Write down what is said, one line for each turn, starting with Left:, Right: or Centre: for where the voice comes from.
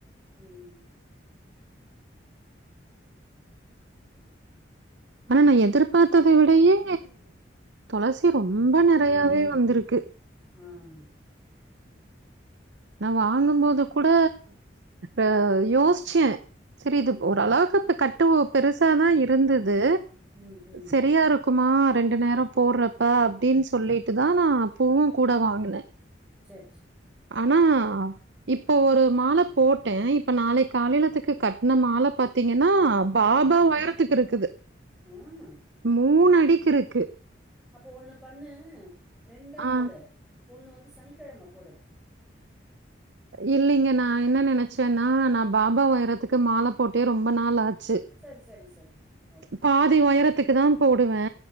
Centre: ம்
Right: அனா நா எதிர்பாத்தத விடையே தொளசி ரொம்ப நெறையாவே வந்துருக்கு
Centre: ஆன்
Right: நா வாங்கும்போது கூட ஆ யோஸ்ச்சே சரி இதுக்
Centre: ம்
Right: ஒரு அளவுக்குத்து கட்டுவோ பெருசாதா இருந்துது
Centre: ம் ம்
Right: சரியாரு க்குமா ரெண்டு நேரோ போறப்ப அப்டின் சொல்லிட்டுதா நா பூவு கூட வாங்குனே
Centre: ச்சர் ச்சரி
Right: ஆனா இப்போ ஒரு மால போட்டே இப்ப நாளை காலைலத்துக்கு கட்ன மால பத் த்தீங்கன்னா பாபா உயரத்துக்கு இருக்குது
Centre: ஆ
Right: மூண் அடிக் கிருக்கு
Centre: அப்பு ஒண்ணு பண்ணு ரெண்டா
Right: ஆ
Centre: போடு ஒண்ணு வந்து சனிக்கிழம போடு
Right: இல்லிங்க நா என்ன நெனச்சென்னா நா பாபா உயரத்துக்கு மால போட்டே ரொம்ப நாள் ஆச்சு
Centre: சரி சரி சரி ஓகே
Right: பாதி உயரத்துக்கு தா போடுவே